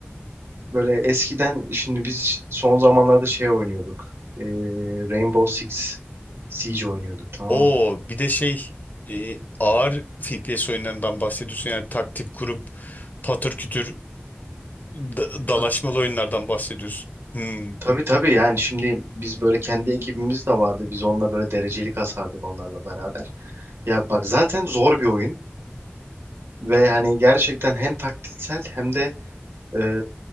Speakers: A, on the right (about 80°); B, on the left (about 45°).
A: Böyle eskiden şimdi biz son zamanlarda şey oynuyorduk. Ee, Rainbow Six Siege oynuyorduk tamam
B: o
A: mı?
B: bir de şey e, ağır FPS oyunlarından bahsediyorsun yani taktik kurup patır kütür da- dalaşmalı
A: Ta
B: oyunlardan bahsediyorsun. Hmm.
A: tabii tabii yani şimdi biz böyle kendi ekibimiz de vardı. Biz onunla böyle derecelik kasardık onlarla beraber. Ya bak zaten zor bir oyun ve hani gerçekten hem taktiksel hem de e,